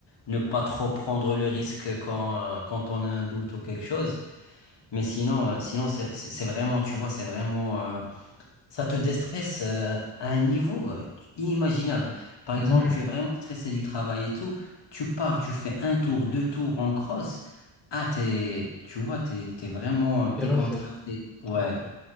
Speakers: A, on the left (about 55°); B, in the centre.
A: ne pas trop prendre le risque quand, euh, quand on a un doute ou quelque chose. Mais sinon, euh, sinon c'est c'est- c'est vraiment, tu vois, c'est vraiment, euh, ça te déstresse, euh, à un niveau, euh, inimaginable. Par
B: Mhm.
A: exemple, tu es vraiment stressé du travail et tout, tu pars, tu fais un tour, deux tours en cross. Ah, t'es, tu vois, t'es, t'es vraiment décontracté.
B: Et refait.
A: Ouais,
B: Ok.